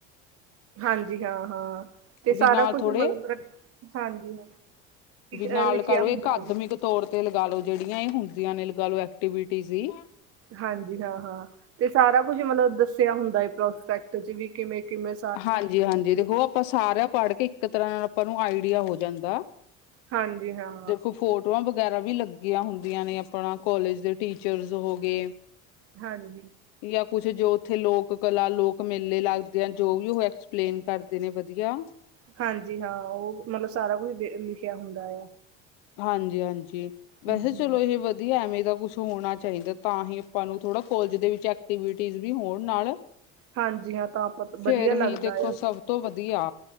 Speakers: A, on the right; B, on the left.
A: ਹਾਂਜੀ। ਹਾਂ- ਹਾਂ ਤੇ ਸਾਰਾ
B: ਵੀ ਨਾਲ
A: ਕੁਛ,
B: ਥੋੜੇ
A: <unintelligible> ਹਾਂਜੀ।
B: ਵੀ ਨਾਲ
A: ਅ ਲਿਖਿਆ
B: <unintelligible>
A: ਹੁੰਦਾ ਜੀ।
B: <unintelligible> ਤੌਰ ਤੇ ਲਗਾਲੋ ਜੇੜੀਆਂ ਇਹ ਹੁੰਦੀਆਂ ਨੇ ਲਗਾਲੋ ਐਕਟੀਵਿਟੀ ਵੀ
A: ਹਾਂਜੀ। ਹਾਂ- ਹਾਂ, ਤੇ ਸਾਰਾ ਕੁਜ ਮਤਲਬ ਦੱਸਿਆ ਹੁੰਦਾ ਏ ਪ੍ਰੋਸਪੈਕਟ ਚ ਵੀ ਕਿਵੇਂ- ਕਿਵੇਂ
B: ਹਾਂਜੀ -ਹਾਂਜੀ। ਦੇਖੋ ਆਪਾਂ ਸਾਰਾ ਪੜ ਕੇ ਇੱਕ ਤਰਾ ਆਪਾਂ ਨੂੰ ਆੲਡੀਆ ਹੋ ਜਾਂਦਾ
A: ਹਾਂਜੀ ਹਾਂ
B: ਦੇਖੋ, ਫੋਟਵਾਂ ਵਗੈਰਾ ਵੀ ਲੱਗ ਦੀਆਂ ਹੁੰਦੀਆਂ ਨੇ, ਆਪਾਂ ਕੋਲਜ ਦੇ ਟੀਚਰਸ ਹੋ ਗਏ
A: ਹਾਂਜੀ।
B: ਯਾਂ ਕੁੱਛ ਜੋ ਉਥੇ ਲੋਕ-ਕਲਾ, ਲੋਕ-ਮੇਲੇ ਲੱਗਦੇ ਅਨ ਜੋ ਵੀ ਉਹ ਐਕਸਪਲੇਨ ਕਰਦੇ ਨੇ ਵਧੀਯਾ
A: ਹਾਂਜੀ, ਹਾਂ ਉਹ ਮਤਲਬ ਸਾਰਾ ਕੁਛ ਦੇਖ ਲਿਖਆ ਹੁੰਦਾ ਏ।
B: ਹਾਂਜੀ- ਹਾਂਜੀ। ਵੈਸੇ
A: ਹੂੰ-ਹੂੰ
B: ਚਲੋ ਏਹ ਵ ਧੀਆ ਐਵੇਂ ਦਾ ਕੁਛ ਹੋਣਾ ਚਾਹੀਦੈ, ਤਾਂ ਹੀ ਆਪਾਂ ਨੂੰ ਥੋੜਾ ਕੋਲਜ ਦੇ ਵਿੱਚ ਐਕਟੀਵਿਟੀਜ ਵੀ ਹੋਣ ਨਾਲ,
A: ਹਾਂਜੀ ਹਾਂ ਤਾਂ ਆਪਾਂ ਵਧੀਆ
B: ਫੇਰ
A: ਲੱਗਦਾ
B: ਹੀ ਦੇਖੋ
A: ਆ
B: ਸਭ ਤੋਂ ਵਧੀਆ